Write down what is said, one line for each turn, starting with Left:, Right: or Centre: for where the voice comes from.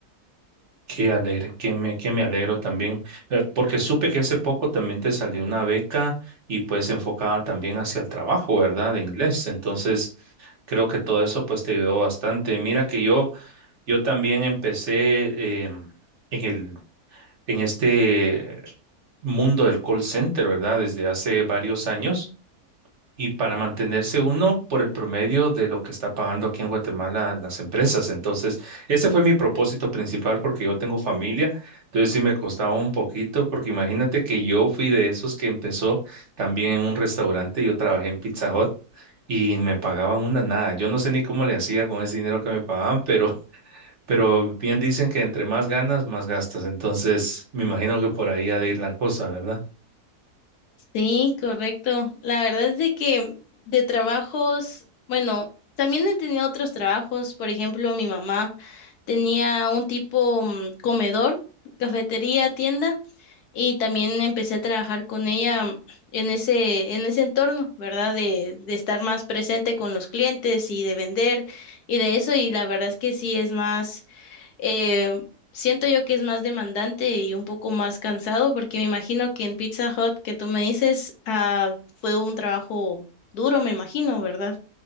Right: Qué alegre, que me, que me alegro también, eh, porque supe que hace poco también te salió una beca y pues enfocada también hacia el trabajo, ¿verdad? De inglés. Entonces, creo que todo eso pues te ayudó bastante. Mira que yo... Yo también empecé eh, en el, en este mundo del call center, ¿verdad? Desde hace varios años y para mantenerse uno por el promedio de lo que está pagando aquí en Guatemala las empresas. Entonces, ese fue mi propósito principal porque yo tengo familia, entonces sí me costaba un poquito porque imagínate que yo fui de esos que empezó también en un restaurante, yo trabajé en Pizza Hut. Y me pagaban una nada. Yo no sé ni cómo le hacía con ese dinero que me pagaban, pero pero bien dicen que entre más ganas, más gastas. Entonces, me imagino que por ahí ha de ir la cosa, ¿verdad?
Left: Sí, correcto. La verdad es de que de trabajos, bueno, también he tenido otros trabajos. Por ejemplo, mi mamá tenía un tipo mm, comedor, cafetería, tienda, y también empecé a trabajar con ella mm, en ese, en ese entorno, ¿verdad? De, de estar más presente con los clientes y de vender y de eso. Y la verdad es que sí es más. Eh, siento yo que es más demandante y un poco más cansado, porque me imagino que en Pizza Hut que tú me dices, ah, fue un trabajo duro, me imagino, ¿verdad?